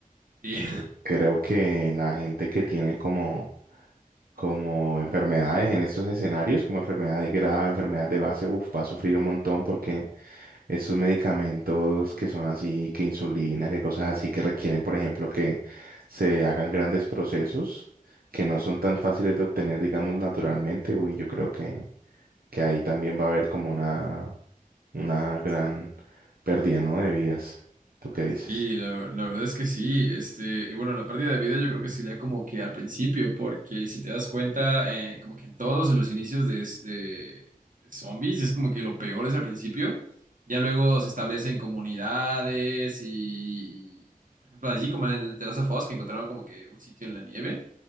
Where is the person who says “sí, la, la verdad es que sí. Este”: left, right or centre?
Right